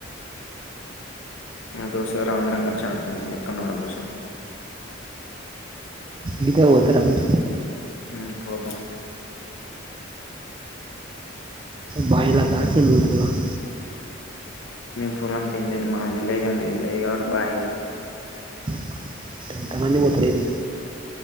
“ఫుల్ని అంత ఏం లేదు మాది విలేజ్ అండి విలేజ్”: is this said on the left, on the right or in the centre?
Left